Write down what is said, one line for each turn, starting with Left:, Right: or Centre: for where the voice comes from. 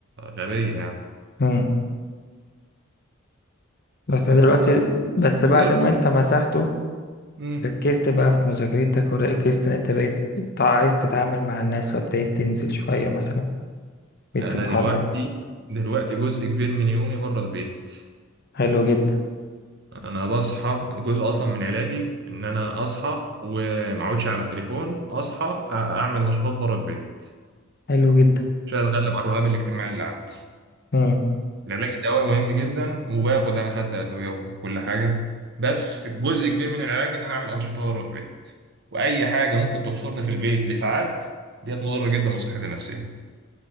Right: غبيه يعني
Left: امم بس
Right: أنا
Left: دلوقتي بس بعد
Right: زي الفل
Left: ما انت مسحته
Right: مم.
Left: ركزت بقى في مذاكرتك وركزت ان انت بقيت تع- عايز تتعامل مع الناس فابتديت تنزل شوية مثلا بقيت
Right: انا
Left: تتحرك
Right: دلوقتي دلوقتي جزء كبير من يومي بره البيت
Left: حلو جدا
Right: انا بصحى جزء اصلا من علاجي ان انا اصحى وما اقعدش على التليفون اصحى أ- اعمل نشاطات بره البيت
Left: حلو جدا
Right: عشان اتغلب على الرهاب الاجتماعي اللي عندي
Left: امم
Right: العلاج الدوائي مهم جدا وباخد انا خدت ادويه وكل حاجه بس جزء كبير من العلاج ان انا اعمل انشطه بره البيت واي حاجه ممكن تحصرني في البيت لساعات ديت مضره جدا بصحتي النفسيه